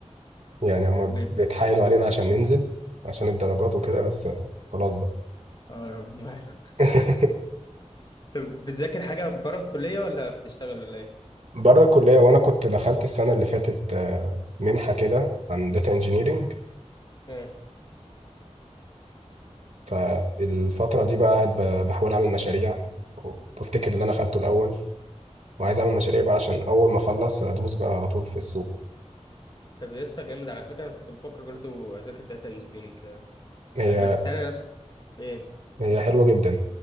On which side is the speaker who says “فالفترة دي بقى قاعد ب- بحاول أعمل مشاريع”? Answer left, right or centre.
Right